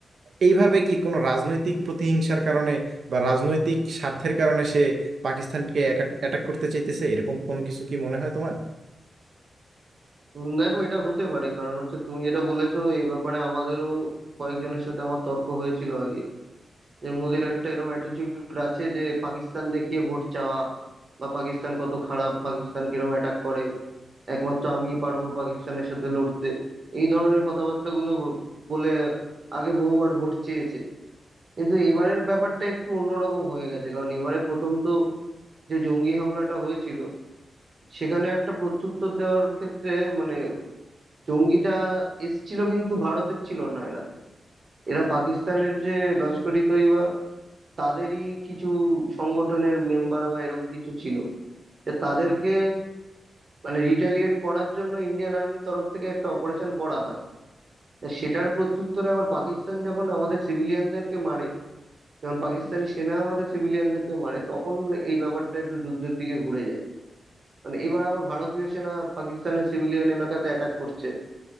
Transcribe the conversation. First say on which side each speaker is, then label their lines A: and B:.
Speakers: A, on the right (about 65°); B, on the right (about 40°).
A: এইভাবে কি কোনো রাজনৈতিক প্রতিহিংসার কারণে বা রাজনৈতিক স্বার্থের কারণে সে পাকিস্তানকে অ্যাটাক করতে চাইতেছে এরকম কোনো কিছু কি মনে হয় তোমার
B: উম, দেখো এটা হতে পারে কারণ হচ্ছে তুমি যেটা বলেছো এই ব্যাপারে আমাদেরও কয়েকজনের সাথে আমার তর্ক হয়েছিল আগে যে মোদির একটা এরকম অ্যাটিচিউড আছে যে পাকিস্তান দেখিয়ে ভোট চাওয়া বা পাকিস্তান কত খারাপ পাকিস্তান কিরকম অ্যাটাক করে একমাত্র আমিই পারবো পাকিস্তানের সাথে লড়তে এই ধরনের কথাবার্তাগুলো ব- বলে আগে বহুবার ভোট চেয়েছে কিন্তু এবারের ব্যাপারটা একটু অন্যরকম হয়ে গেছে কারণ এবারে প্রথম তো যে জঙ্গি হামলাটা হয়েছিল সেখানে একটা প্রত্যুত্তর দেওয়ার ক্ষেত্রে মানে জঙ্গিটা এসছিল কিন্তু ভারতের ছিল না এরা এরা পাকিস্তানের যে লস্কর ই তৈবা তাদেরই কিছু সংগঠনের মেম্বার বা এরম কিছু ছিল যে তাদেরকে মানে রিটালিয়েট করার জন্য ইন্ডিয়ান আর্মির তরফ থেকে একটা অপারেশন করা হয় তা সেটার প্রত্যুত্তরে আবার পাকিস্তান যখন আমাদের সিভিলিয়ানদেরকে মারে যখন পাকিস্তানি সেনা আমাদের সিভিলিয়ানদেরকে মারে তখন এই ব্যাপারটা একটু যুদ্ধের দিকে ঘুরে যায় মানে এবার আবার ভারতীয় সেনা পাকিস্তানের সিভিলিয়ান এলাকাতে অ্যাটাক করছে